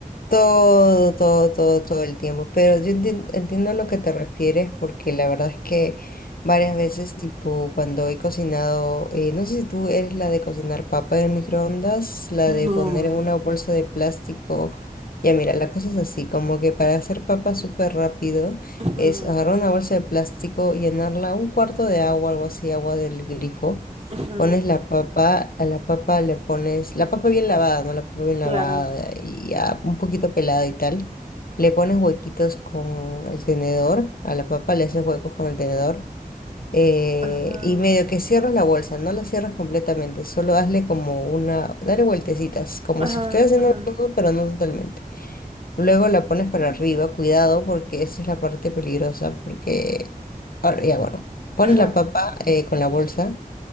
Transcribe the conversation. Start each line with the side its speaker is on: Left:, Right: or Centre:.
Left: Todo, todo, todo, todo el tiempo. Pero yo entiendo, entiendo a lo que te refieres porque la verdad es que varias veces, tipo, cuando he cocinado, eh, no sé si tú eres la de cocinar papa en el microondas, la
Right: No.
Left: de poner en una bolsa de plástico. Ya mira, la cosa es así, como que para hacer papa súper rápido
Right: Ujú,
Left: es agarrar una bolsa de plástico, llenarla un cuarto de agua, algo así, agua del grifo.
Right: ujú,
Left: Pones la papa, a la papa le pones, la papa bien lavada, ¿no? La papa bien lavada
Right: Claro.
Left: y ya un poquito pelada y tal. Le pones huequitos con el tenedor, a la papa le haces huecos con el tenedor. eh,
Right: Ajá,
Left: y medio que cierras la bolsa, no la cierras completamente, solo hazle como una, dale vueltecitas, como
Right: ajá,
Left: si estuvieras haciendo
Right: ajá,
Left: un nudo, pero no totalmente. Luego la pones para arriba, cuidado, porque esa es la parte peligrosa, porque, ahora, ya bueno, pones
Right: ajá,
Left: la papa eh, con la bolsa